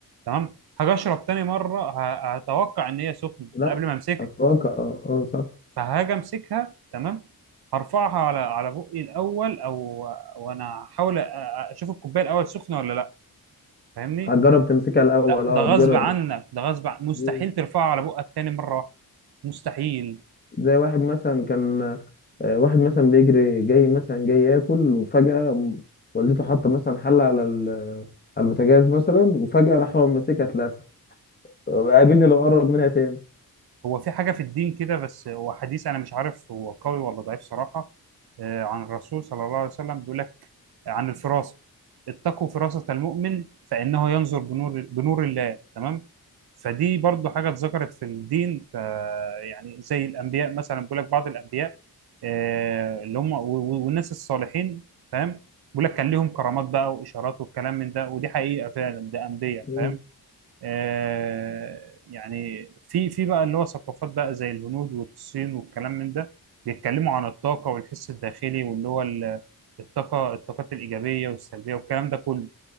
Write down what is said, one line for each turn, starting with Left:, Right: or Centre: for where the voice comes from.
Right: تمام هاجي اشرب تاني مره ه- هتوقع ان هي سخنه
Left: لا
Right: من قبل ما امسكها
Left: أتوقع أه آه، صح
Right: فهاجي امسكها تمام هرفعها على على بقي الاول او وانا احاول أ- أ- اشوف الكوبايه الاول سخنه ولا لا فاهمني
Left: هتجرب تمسكها الأول
Right: لا
Left: أه
Right: ده غصب
Left: تجرب
Right: عنك
Left: الأول.
Right: ده غصب عن... مستحيل
Left: مم.
Right: ترفعها على بقك تاني مره واحده مستحيل
Left: زي واحد مثلا كان آه، واحد مثلا بيجري جاي مثلا جاي ياكل وفجأة م- والدته حاطة مثلا حلة على ال- على البوتاجاز مثلا وفجأة راح هو ماسكها اتلسع قابلني لو قرب منها تاني
Right: هو في حاجة في الدين كده بس هو حديث أنا مش عارف هو قوي ولا ضعيف صراحة آه، عن الرسول صلى الله عليه وسلم بيقول لك عن الفراسة اتقوا فراسة المؤمن فإنه ينظر بنور بنور الله تمام فدي برضو حاجة اتذكرت في الدين ف يعني زي الأنبياء مثلا بيقول لك بعض الأنبياء آه، اللي هم و- و- والناس الصالحين فاهم بيقول لك كان ليهم كرامات بقى وإشارات والكلام من ده ودي حقيقة فعلا ده أنبياء
Left: مم.
Right: فاهم آه يعني في في بقى اللي هو ثقافات بقى زي الهنود والصين والكلام من ده بيتكلموا عن الطاقة والحس الداخلي واللي هو ال- الطاقة الطاقات الإيجابية والسلبية والكلام ده كله